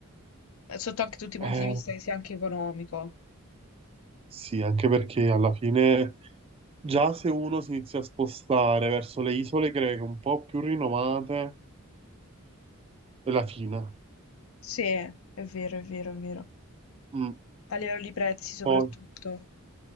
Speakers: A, on the left (about 70°); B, on the right (about 25°).
A: eh, sotto anche tutti i punti
B: Eh,
A: di vista che sia anche economico.
B: sì, anche perché alla fine. Già se uno si inizia a spostare verso le isole greche un po' più rinomate, è la Cina.
A: Sì, è vero, è vero, è vero.
B: Mm.
A: A livello di prezzi soprattutto.
B: Poi,